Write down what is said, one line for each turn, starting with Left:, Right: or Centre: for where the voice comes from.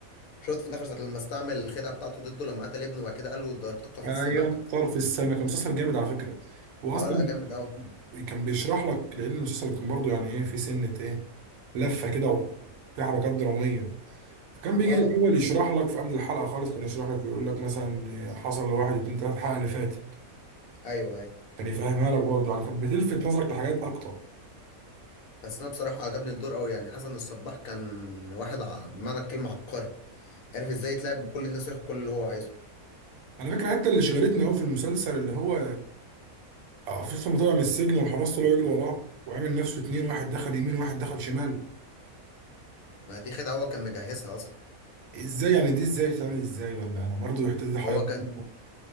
Left: شفت في الاخر ساعه لما استعمل الخدعه بتاعته ضده لما قتل ابنه وبعد كده قال له ده ارتقى في
Right: ايوه
Left: السماء
Right: طرف السما كان مسلسل جامد على فكره هو
Left: اه
Right: اصلا
Left: لا جامد قوي
Right: كان بيشرح لك لان المسلسل كان برضه يعني ايه في سنه ايه لفه كده وفي حركات دراميه فكان بيجي
Left: اه
Right: الاول يشرح لك في قبل الحلقه خالص كان يشرح لك يقول لك مثلا حصل لواحد اتنين تلاته في الحلقه اللي فاتت
Left: ايوه ايوه
Right: كان يفهمها لك برضه يعني كانت بتلفت نظرك لحاجات اكتر
Left: بس انا بصراحه عجبني الدور قوي يعني حسن الصباح كان واحد ع- بمعنى الكلمه عبقري عارف ازاي يتلاعب بكل الناس وياخد كل اللي هو عايزه
Right: على فكره حتى اللي شغلتني قوي في المسلسل اللي هو آه، في لما طلع من السجن والحراس طلعوا يجروا وراه وعامل نفسه اتنين واحد دخل يمين وواحد دخل شمال
Left: ما دي خدعه هو كان مجهزها اصلا
Right: ازاي يعني دي ازاي تعمل ازاي ولا انا برضو رحت دي حيرتني
Left: هو كان